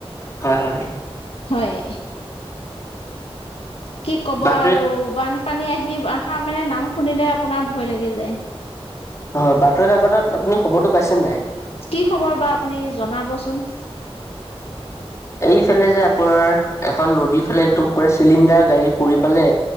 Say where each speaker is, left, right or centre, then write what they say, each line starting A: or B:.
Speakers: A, on the left; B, on the left.
A: হয় হয়।
B: হয়, কি কব
A: বাতৰি
B: আৰু বান- পানী আহি আহা মানে নাম শুনিলে আপোনাৰ ভয় লাগি যায়।
A: হয় বাতৰি-কাকতত আপুনি খবৰটো পাইছে নাই?
B: কি খবৰ বা আপুনি জনাবচোন?
A: এইফালে যে আপোনাৰ এখন নদীৰ ফালে একদম পুৰা চিলিণ্ডাৰ গাড়ী পৰি পালে